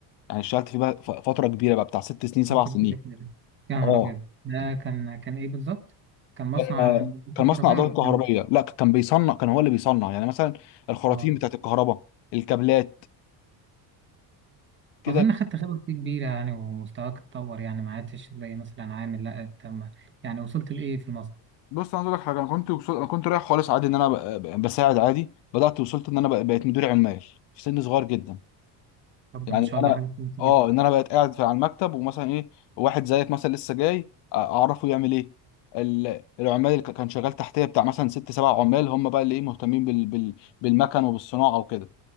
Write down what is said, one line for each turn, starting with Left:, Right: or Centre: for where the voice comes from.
Left: يعني اشتغلت فيه بقى ف- فتره كبيره بقى بتاع ست سنين سبع
Right: فتره
Left: سنين
Right: كبيره كده يا نهار
Left: اه
Right: ابيض ده كان كان ايه بالظبط؟ كان مصنع
Left: كان كان مصنع
Right: كهربائي
Left: ادوات
Right: ولا محل؟
Left: كهربائيه لا كان بيصنع كان هو اللي بيصنع يعني مثلا الخراطيم
Right: اه
Left: بتاعت الكهرباء الكابلات كده
Right: اظن خدت خبره فيه كبيره يعني ومستواك اتطور يعني ما عدتش زي مثلا عامل لا انت ما- يعني وصلت لايه في المصنع؟
Left: بص انا عايز اقول لك حاجه انا كنت وصل... انا كنت رايح خالص عادي ان انا ب... ب- بساعد عادي بدات وصلت ان انا ب... بقيت مدير عمال في سن صغير جدا
Right: طب
Left: يعني
Right: ده ما شاء
Left: ان
Right: الله
Left: انا
Right: حاجه كويسه
Left: اه
Right: جدا
Left: ان انا بقيت قاعد في على المكتب ومثلا ايه واحد زيك مثلا لسه جاي أ- اعرفه يعمل ايه ال- العمال اللي كان شغال تحتيه بتاع مثلا ست سبع عمال هم بقى اللي ايه مهتمين بال... بال... بالمكن وبالصناعه وكده